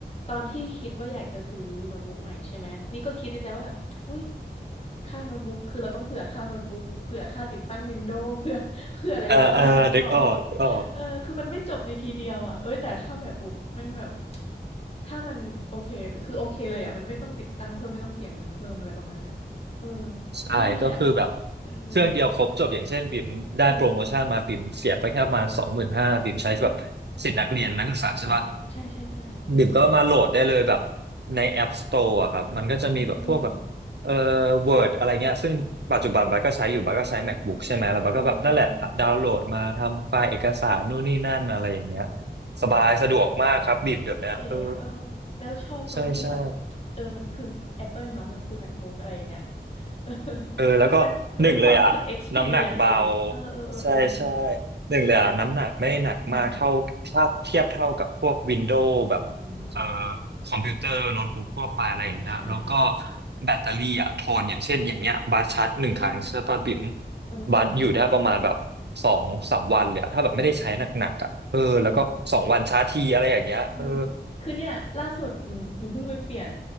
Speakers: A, on the left; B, on the right.
A: ตอนที่คิดว่าอยากจะซื้อโน้ตบุ๊กใหม่ใช่ไหมนี่ก็คิดในใจว่าแบบอุ๊ยค่าโน้ตบุ๊กคือเราต้องเผื่อค่าโน้ตบุ๊กเผื่อค่าติดตั้ง Windows <laughs> เผื่อเผื่อหลายๆอย่างนึกออกเปล่า
B: เออเออเด็กออกอ
A: เออคือมันไม่จบในทีเดียวอะเฮ้ยแต่ถ้า MacBook แม่งแบบถ้ามันโอเคคือโอเคเลยอะมันไม่ต้องติดตั้งเพิ่มไม่ต้องเสียเงินเพิ่มอะไรประมาณเนี้ยเอออุ๊ยดีอะ
B: ใช่ก็คือแบบ
A: เออ
B: เครื่องเดียวครบจบอย่างเช่นบิ่มได้โปรโมชั่นมาบิ่มเสียไปแค่ประมาณสองหมื่นห้าบิ่มใช้แบบสิทธิ์นักเรียนนักศึกษาใช่ปะ
A: อืมอืมโอ้โฮใช่ๆๆอืม
B: บิ่มก็มาโหลดได้เลยแบบใน App Store อะครับมันก็จะมีแบบพวกแบบเอ่อ
A: อืม
B: Word อะไรเงี้ยซึ่งปัจจุบันบัสก็ใช้อยู่บัสก็ใช้
A: อา
B: MacBook ใช่ไหมแล้วบัสก็แบบนั่นแหละอะดาวน์โหลดมาทำไฟล์เอกสารนู่นนี่นั่นอะไรอย่างเงี้ย
A: อือๆๆๆ อุ๊ยชอบ
B: สบายสะดวกมากครับบิ่มเดี๋ยวนี้เออ
A: เก๋อะเออแล้วชอบตรงที่แบบ
B: ใช่ใช่
A: เออมันคือแอปเปิลเนาะมันคือ MacBook อะไรอย่างเงี้ยเออ <laughs>
B: เออแล้วก็หนึ่งเลยอ่ะน้ำหนักเบา
A: มันเป็นมันเป็นความรู้สึก experience อะไรเงี้ยเออๆๆๆ
B: ใช่ใช่หนึ่งเลยอ่ะน้ำหนักไม่หนักมากเท่าถ้าเทียบเท่ากับพวกวินโดว์แบบเอ่อ
A: อืมอืม
B: คอมพิวเตอร์โน้ตบุ๊กทั่วไปอะไรอย่างเงี้ยแล้วก็
A: อาใช่
B: แบตเตอรี่อ่ะทนอย่างเช่นอย่างเงี้ยบัสชาร์จหนึ่งครั้งใช่ป่ะบิ่ม
A: โอ้อือๆอือฮึ
B: บัสอยู่ได้ประมาณแบบสองสามวันเลยอะถ้าแบบไม่ได้ใช้หนักๆอ่ะเออแล้วก็สองวันชาร์จทีอะไรอย่างเงี้ยเออ
A: อืมเออ เออคือเนี่ยล่าสุดหนูหนูเพิ่งไปเปลี่ยน